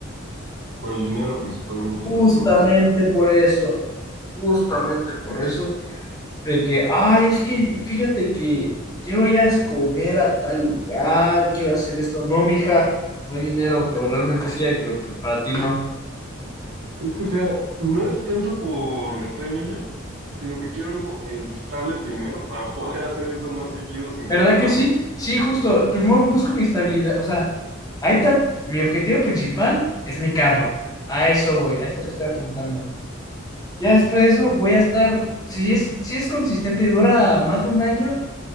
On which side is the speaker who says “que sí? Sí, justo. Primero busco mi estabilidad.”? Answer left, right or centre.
Left